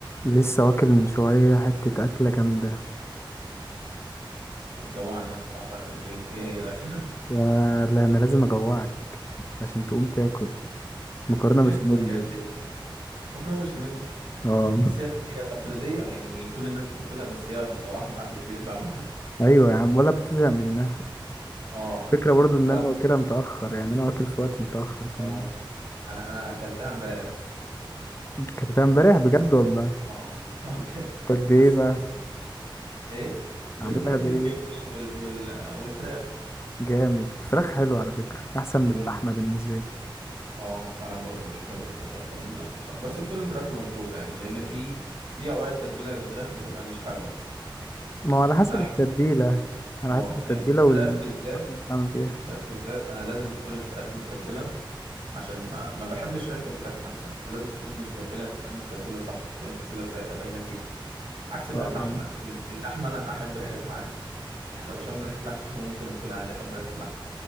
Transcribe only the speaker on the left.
لسه واكل من شوية حتة أكلة جامدة
يا لا أنا لازم أجوعك عشان تقوم تاكل مكرونة بشاميل
لازم
اه
أيوة يا عم ولا بتزهق منها
فكرة برضو إن
أنا
واكلها
متأخر يعني أنا واكل في وقت متأخر كمان
كانت امبارح بجد
والله
قد إيه
بقى
عاملها
بإيه
جامد فراخ حلو على فكرة أحسن من
اللحمة بالنسبة لي
ما هو على حسب
التتبيلة على
حسب التتبيلة
والبصل
بتعمل بيها
آه.